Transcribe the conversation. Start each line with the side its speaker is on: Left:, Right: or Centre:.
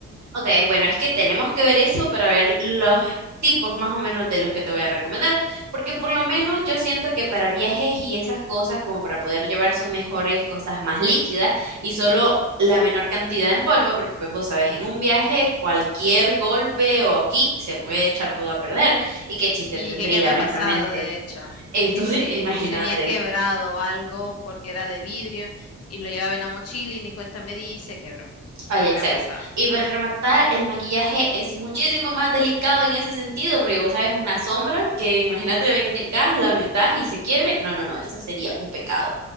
Right: Ok, bueno, es que tenemos que ver eso para ver los tipos más o menos de los que te voy a recomendar, porque por lo menos yo siento que para viajes y esas cosas, como para poder llevar son mejores cosas más líquidas y solo la menor cantidad en polvo, porque pues vos sabes, en un viaje cualquier golpe o aquí se puede echar todo a perder y qué chiste
Left: Sí,
Right: tendría,
Left: que ya me
Right: honestamente.
Left: ha pasado, de hecho,
Right: Entonces,
Left: que se,
Right: <laughs> imagínate.
Left: se me ha quebrado algo porque era de vidrio y lo llevaba en la mochila y ni cuenta me di y se quebró.
Right: Ay,
Left: Ya
Right: exacto.
Left: me ha pasado.
Right: Y para rematar, el maquillaje es muchísimo más delicado en ese sentido, porque vos sabes, una sombra que imagínate vengas, la metas y se quiebre. No, no, no, esto sería un pecado,